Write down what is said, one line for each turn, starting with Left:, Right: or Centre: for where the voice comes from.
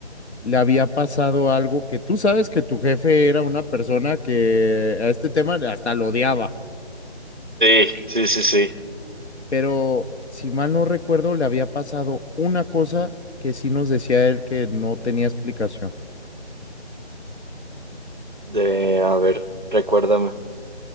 Left: le había pasado algo que tú sabes que tu jefe era una persona que a este tema hasta lo odiaba.
Right: sí, sí, sí, sí.
Left: pero si mal no recuerdo, le había pasado una cosa que sí nos decía él que no tenía explicación.
Right: De, a ver, recuérdame.